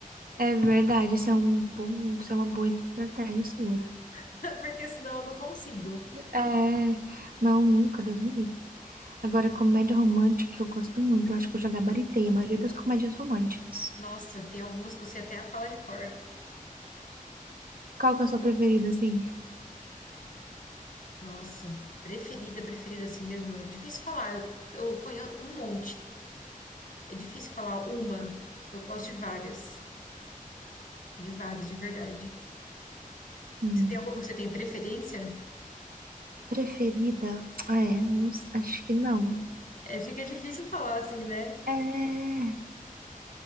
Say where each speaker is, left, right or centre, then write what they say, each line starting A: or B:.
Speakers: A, on the right; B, on the left.
A: é é verdade, isso é um bom, isso é uma boa estratégia sua.
B: <laughs> Porque senão eu não consigo.
A: É, não, nunca, Deus me livre. Agora, comédia romântica que eu gosto muito, eu acho que eu já gabaritei a maioria das comédias românticas.
B: Nossa, tem algumas que eu sei até a fala de cor.
A: Qual que é a sua preferida, assim?
B: Nossa, preferida, preferida assim mesmo. É difícil falar. Eu, eu conheço um monte. É difícil falar uma. Eu gosto de várias. De várias, de verdade.
A: Hum,
B: Você tem alguma que você tem preferência?
A: preferida? É, não s- acho que não.
B: É, fica difícil falar assim, né?
A: É.